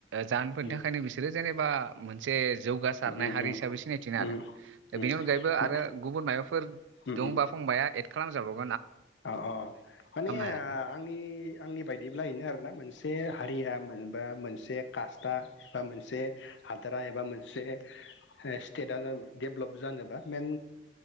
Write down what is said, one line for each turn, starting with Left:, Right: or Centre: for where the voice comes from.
Right: जानो मोन
Left: उम
Right: थाखाय <unintelligible> बे जेनेबा मोन बे जौगासारनाय
Left: उम
Right: हारि
Left: उम
Right: हिसाबै सिनायथिनो
Left: उम
Right: हादों
Left: उम
Right: ओ बेनि
Left: उम
Right: अनगायैबो आरो गुबुन माबाफोर
Left: उम
Right: दंबा फंबाया? खालामजाबावौ
Left: अ अ माने ओ
Right: हायाखै
Left: आंनि आंनि बायदिब्ला इनो आरोना मोनसे हारिया ओ मोनसे खासथा बा मोनसे हादोरा एबा मोनसे ओ सिथेदा देबॣंक जानोबा मेन